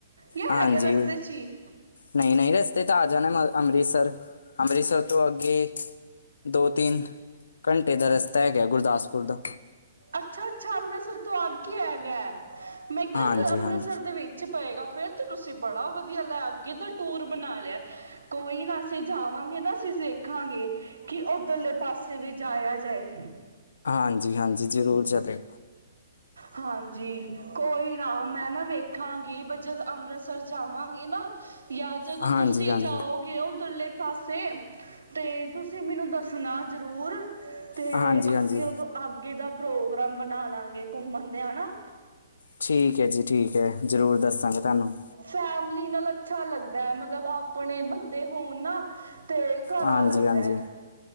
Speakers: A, on the right; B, on the left.
A: ਜਾਂ
B: ਹਾਂਜੀ,
A: ਹੈਗਾ ਰਸਤੇ 'ਚ ਹੀ
B: ਨਹੀਂ- ਨਹੀਂ ਰਸਤੇ ਤੇ ਆ ਜਾਣੇ ਮ ਅੰਮ੍ਰਿਤਸਰ, ਅੰਮ੍ਰਿਤਸਰ ਤੋਂ ਅੱਗੇ ਦੋ- ਤਿੰਨ ਘੰਟੇ ਦਾ ਰਸਤਾ ਹੈਗਾ ਗੁਰਦਾਸਪੁਰ ਦਾ
A: ਅੱਛਾ- ਅੱਛਾ ਅੰਮ੍ਰਿਤਸਰ ਤੋਂ ਅੱਗੇ ਹੈਗਾ, ਮੈਂ ਕਿਹਾ
B: ਹਾਂਜੀ-ਹਾਂਜੀ।
A: ਅੰਮ੍ਰਿਤਸਰ ਦੇ ਵਿੱਚ ਪਏਗਾ ਫਿਰ ਤਾਂ ਤੁਸੀਂ ਬੜਾ ਵਧੀਆ ਲਾਇ ਅੱਗੇ ਦਾ ਟੂਰ ਬਣਾ ਲਿਆ। ਕੋਈ ਨਾ ਅਸੀਂ ਜਾਵਾਂਗੇ ਨਾ ਅਸੀਂ ਵੇਖਾਂਗੇ। ਕਿ ਉੱਧਰਲੇ ਪਾਸੇ ਵੀ ਜਾਇਆ ਜਾਏ?
B: ਹਾਂਜੀ ਹਾਂਜੀ ਜ਼ਰੂਰ ਚੱਲਿਓ।
A: ਹਾਂਜੀ ਕੋਈ ਨਾ ਮੈਂ ਨਾ ਵੇਖਾਂਗੀ ਜਦੋਂ ਅੰਮ੍ਰਿਤਸਰ ਜਾਵਾਂਗੀ ਨਾ ਜਾਂ ਜਦੋਂ
B: ਹਾਂਜੀ
A: ਤੁਸੀਂ
B: ਹਾਂਜੀ
A: ਜਾਓ। ਗਏ ਉਧਰ ਲੇ ਪਾਸੇ ਤੇ ਤੁਸੀਂ ਮੈਨੂੰ ਦੱਸਣਾ ਜ਼ਰੂਰ ਤੇ
B: ਹਾਂਜੀ
A: ਅਸੀਂ
B: ਹਾਂਜੀ
A: ਉਦੋਂ ਅਗੇ ਦਾ ਪ੍ਰੋਗਰਾਮ ਬਣਾ ਲਾਂਗੇ ਘੁੰਮਣ ਦੀਆ ਨਾ।
B: ਠੀਕ ਹੈ ਜੀ ਠੀਕ ਹੈ ਜ਼ਰੂਰ ਦੱਸਾਂਗੇ ਤੁਹਾਨੂੰ
A: ਫੈਮਿਲੀ ਨਾਲ ਅੱਛਾ ਲੱਗਦਾ ਮਤਲਬ ਆਪਣੇ ਬੰਦੇ ਹੋਣ ਨਾ ਅਤੇ ਘਰ
B: ਹਾਂਜੀ
A: ਲੱਗਦਾ
B: ਹਾਂਜੀ
A: ਹੈ